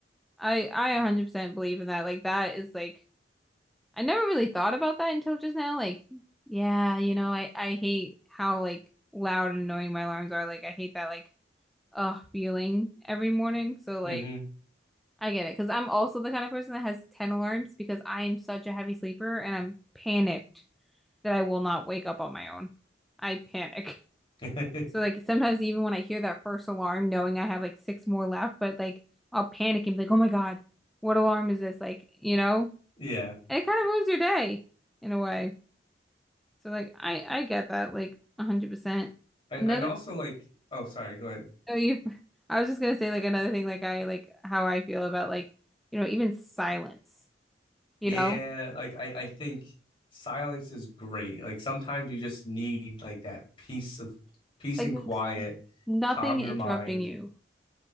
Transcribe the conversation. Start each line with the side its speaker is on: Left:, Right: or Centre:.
Centre: I I 100% believe in that. Like that is like I never really thought about that until just now. Like, yeah, you know, I I hate how like loud and annoying my alarms are. Like I hate that like uh feeling every morning. So like
Left: Mm-hmm.
Centre: I get it because I'm also the kind of person that has 10 alarms because I am such a heavy sleeper and I'm panicked that I will not wake up on my own. I panic. <laughs>
Left: <laughs>
Centre: So like sometimes even when I hear that first alarm, knowing I have like six more left, but like I'll panic and be like, oh my God, what alarm is this? Like, you know?
Left: Yeah.
Centre: And it kind of ruins your day in a way. So like I I get that like 100%.
Left: And
Centre: Another
Left: and also like oh sorry, go ahead.
Centre: No, you. I was just gonna say like another thing, like I like how I feel about like you know even silence, you
Left: Yeah,
Centre: know,
Left: like I I think silence is great. Like sometimes you just need like that peace of peace
Centre: like
Left: and
Centre: n-
Left: quiet,
Centre: nothing
Left: calm
Centre: interrupting
Left: your mind.
Centre: you.